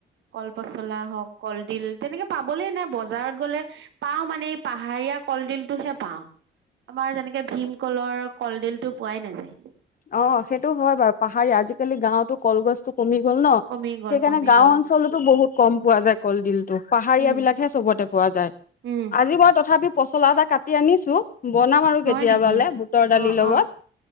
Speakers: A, on the right (about 70°); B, on the left (about 45°).
A: কল পচলা হওঁক কলডিল। তেনেকে পাবলেই নাই বজাৰত গলে পাওঁ মানে এই পাহাৰীয়া কলডিলটোহে পাওঁ। আমাৰ যেনেকে। ভীম। কলৰ কলডিল টো। পোৱাই নাযায়।
B: অহ', সেইটো হয় বাৰু পাহাৰীয়া। আজিকালি গাঁওতো কলগছটো। কমি গ'ল ন,
A: কমি গ'ল
B: সেইকাৰণে
A: কমি
B: গাঁও
A: গ'ল
B: অঞ্চলতো বহুত। কম পোৱা যায়। কলডিলটো পাহাৰীয়া
A: উম
B: বিলাকহে চবতে পোৱা যায়
A: উম
B: আজি মই তথাপি। পচলা এটা কাটি আনিছো। বনাম আৰু কেতিয়াবালে
A: হয় নেকি
B: বুটৰ দালিৰ
A: অ
B: লগত।
A: অ